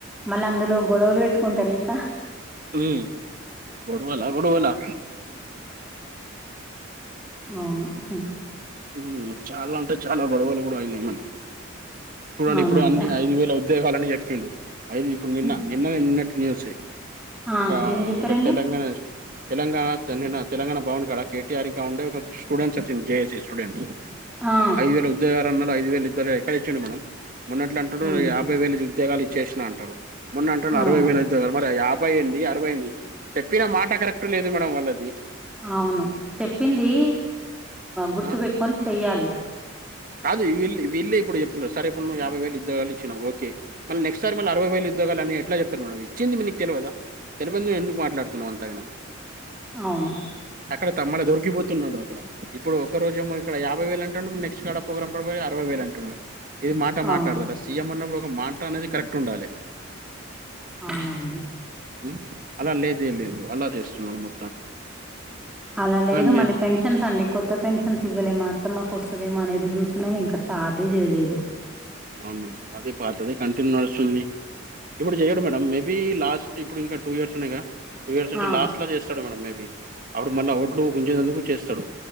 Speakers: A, in the centre; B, on the right.
A: మళ్ళీ అందులో గొడవలు పెట్టుకుంటారు ఇంకా
B: ఉమ్ గొడవలా గొడవలా
A: అవును హూ
B: ఉమ్ చాలా అంటే చాలా గొడవలు కూడా అయినాయి మనం చూడండి
A: అవునంట.
B: ఇప్పుడు అన్ని ఐదు వేలు అవుతు పోవాలని చెప్పిండు అయితె ఇప్పుడు నిన్న
A: హ్మ్.
B: నిన్న నిన్నటిన్యూసే
A: ఆ!
B: ఒకా
A: ఏం జెప్పారండి?
B: ఒక తెలంగాణ స్టు తెలంగాణ నిన్న తెలంగాణ భవన్ కాడ కేటీఆర్ ఇంకా ఉండే ఒక స్టూడెంట్స్ వచ్చింది జేఏసీ స్టూడెంట్స్
A: ఆ!
B: ఐదు వేల ఉద్యోగాలు అన్నాడు ఐదు వేలుద్దర ఎక్కడచ్చిండు మేడం మొన్నట్లు అంటాడు
A: హ్మ్.
B: ఆప్ ముప్ఫైవేల ఉద్యోగాలు ఇచ్చేసిన అంటాడు మొన్న అంటడు
A: హ్మ్.
B: అరవైవేల ఉద్యోగాలు మరి యాబై ముప్పై ఏంది అరవై ఏంది చెప్పిన మాట కరెక్ట్గా లేదు మేడం వాళ్ళది
A: అవును చెప్పిందీ గుర్తు
B: ఆ
A: పేట్టుకొని చెయ్యాలి
B: కాదు వీళ్లే వీళ్లే ఇప్పుడు చెప్తున్నారు సరే యాభై వేలు ఉద్యోగాలు ఇచ్చినవు ఓకే మళ్ళ నెక్ట్ సారి మళ్ళ అరవై వేలు ఇద్యోగలు అనీ ఎట్లాచెప్తారు మేడం ఇచ్చి మీకు తెలవదా తెలవందే ఎందుకు మాట్లాడుతున్నాం అంతగణం
A: అవును
B: అక్కడ తమ్ముడ దొరికిపోతున్నాడు అక్కడ ఇప్పుడు ఒకరోజెమో ఇక్కడ యాభై వేలు అంటాండు నెక్స్ట్ కాడా పోగ్రాం కి పోయి అరవై వేలు అంటుండు ఇది మాట
A: అవును.
B: మాట్లాడతాడు అస్సులు సీఎం అన్నప్పుడు ఒక మాట అనేది కరెక్ట్ ఉండాలే
A: అవునండి.
B: ఉ అలా లేదు లేదు అలా చేస్తున్నాడు మొ
A: అలా లేదు
B: నే
A: మళ్ళీ పెన్షన్స్ అండి కొ కొత్త పెన్షన్స్ ఇవ్వలే మా అత్తమ్మ కోస్తదేమో అనేదురు చూస్తున్నాము ఇంకా స్టార్టే చేయలేదు
B: అవును మేడం అదే పాతదే కంటిన్యూ నడుస్తుంది ఇప్పుడు చెయడు మేడం మేబీ లాస్ట్ ఇప్పుడు ఇంకా టూ ఇయర్స్ ఉన్నాయిగా టూ ఇయర్స్ ఉంటే
A: ఆ!
B: లాస్ట్ లో చేస్తాడు మేడం మేబి అప్పుడు మళ్ళా ఓట్లు గుంచేందుకు చేస్తాడు